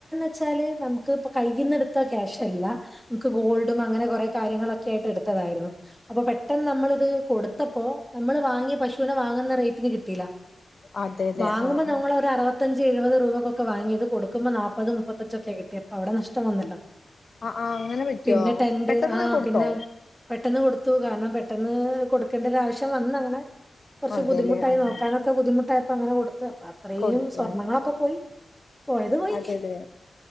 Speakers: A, in the centre; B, on the left.
A: ച്ചാല് നമുക്ക് ഇപ്പ കയ്യ്ന്ന എടുത്ത ക്യാഷല്ല നമുക്ക് ഗോൾഡും അങ്ങനെ കൊറെ കാര്യങ്ങളൊക്കെ ആയിട്ട് എടുത്തതായിരുന്നു അപ്പൊ പെട്ടെന്ന് നമ്മളിത് കൊടു ത്തപ്പോ നമ്മള് വാങ്ങിയ പശുവിനെ വാങ്ങുന്ന റേറ്റിന് കിട്ടിയില്ല
B: അതെല്ലേ
A: വാങ്ങുമ്പോ
B: ആഹ്
A: നമ്മൾ
B: ആഹ്
A: ഒരു അറുവ ത്തഞ്ച് എയ്പത് രൂപക്കൊക്കെ വാങ്ങിയത് കൊടുക്കുമ്പോ നാപ്പത് മുപ്പത്തഞ്ചൊക്കെ കിട്ട്യേ അപ്പോ അവിടെ നഷ്ടം വന്നല്ലോ
B: ആഹ് ആഹ് അങ്ങനെ പറ്റോ
A: പിന്നെ ടെന്റ്
B: പെട്ടെന്ന്
A: ആഹ്
B: കൊടുത്തോ
A: പിന്നെ പെട്ടെന്ന് കൊടുത്തു കാരണം പെട്ടെന്ന് കൊടുക്കേണ്ട ഒരു ആവശ്യം വന്നങ്ങനെ കുർച്ച്
B: അതെല്ലേ
A: ബുദ്ധിമുട്ടായി
B: ആഹ്
A: നോക്കാനൊക്ക ബുദ്ധിമുട്ടായപ്പോ അങ്ങനെ കൊടുത്താ അത്രേം
B: കൊടുത്ത
A: സ്വർണങ്ങളൊക്കെ പോയി പോയത് പോയി
B: അതെല്ലേ